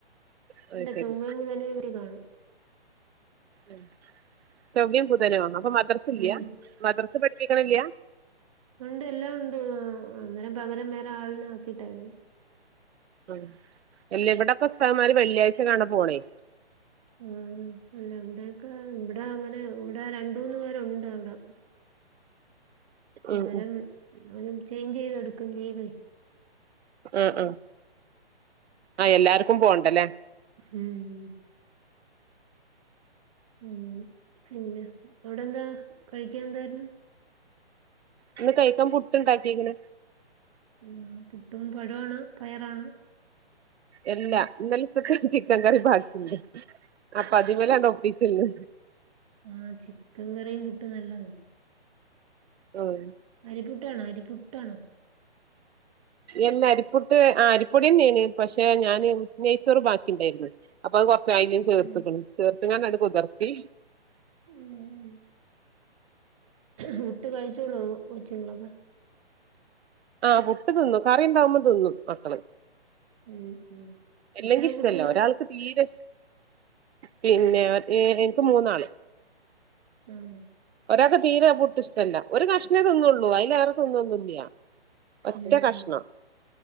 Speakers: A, on the right; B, on the right.
A: അത്
B: ഇല്ല
A: ശരി
B: ചൊവ്വ ബുധനും ഇവിടെ കാണും
A: ഉം ചൊവ്വേ ബുധനോ അപ്പൊ മദ്രസ ഇല്ല്യ
B: ഉം
A: മദ്രസ് പഠിപ്പിക്കണില്ല
B: ഉണ്ട് എല്ലാം ഉണ്ട് അന്നേരം പകരം വേറെ ആളിനെ ആക്കിട്ടാ വരുന്നേ
A: ഉം എല്ല ഇവിടൊക്കെ ഉസ്താദ്മാര് വെള്ളിയാഴ്ച കാണ പോണേ
B: ആ അല്ല ഇവിടൊക്കെ ഇവിടെ അങ്ങനെ ഇവിടെ രണ്ട് മൂന്ന് പേരുണ്ട് അവിടെ അന്നേരം
A: ഉം ഉം
B: ഒരു ചേഞ്ച് ചെയ്ത് എടുക്കും ലീവേ
A: ഉം ഉം ആ എല്ലാർക്കും പോണ്ടല്ലേ
B: ഉം ഉം പിന്നെ അവിടെ എന്താ കഴിക്കാൻ എന്തായിരുന്നു
A: ഇന്ന് കഴിക്കാൻ പുട്ട് ഉണ്ടാക്കിക്കണ്
B: ഉം പുട്ടും പഴോണോ പയറാണോ
A: എല്ലാ ഇന്നലത്തെ ചിക്കൻ കറി ബാക്കിണ്ട് അപ്പൊ അതിമലാണ്ട് ഒപ്പിച്ചിന്ന്
B: ആ ചിക്കൻ കറിയും പുട്ടും നല്ലത്
A: ഉം
B: അരിപ്പുട്ടാണോ അരി പുട്ടാണോ
A: എല്ലാ അരിപുട്ട് ആ അരിപ്പൊടിന്നെയാണ് പക്ഷെ ഞാൻ നെയ്ച്ചോറ് ബാക്കി ഉണ്ടായിരുന്നു അപ്പൊ അത് കൊറച്ച് അയില് ചേർത്തിക്കണ്
B: ഉം
A: ചേർത്തിങ്ങാണ്ടാണ്ട് കുതിർത്തി
B: ഉം പുട്ട് കഴിച്ചോളോ കൊച്ചിങ്ങളൊക്കാ
A: ആഹ് പുട്ട് തിന്നും കറിയുംണ്ടാാവുമ്പോ തിന്നും മക്കള്
B: ഉം ഉം
A: എല്ലെങ്കി
B: എത്ര
A: ഇഷ്ടമല്ലോ
B: കുട്ടികള്
A: ഒരാൾക്ക് തീരെ ഇഷ പിന്നെ ഏ എനിക്ക് മൂന്നാള്
B: ഉം
A: ഇൊക്ക തീരെ പൊട്ടിഷ്ടല്ല ഒരു കഷ്മേൊന്നുള്ളള്ളൂ അതിലേറെ തിന്നൊന്നുമില്ല ഒറ്റ
B: ഉം
A: കഷ്ണം
B: ഉം